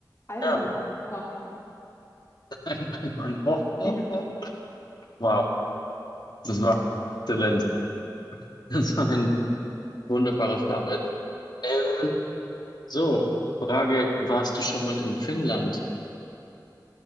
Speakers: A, on the left; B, on the left.
A: Allmann.
B: ja,
A: Aha.
B: <laughs> ein Einwand. Oh, oh,
A: <laughs>
B: oh. wow, das war exzellent. <laughs> Das war ein wunderbarer Flachwitz. Ähm, so, Frage, warst du schon mal in Finnland?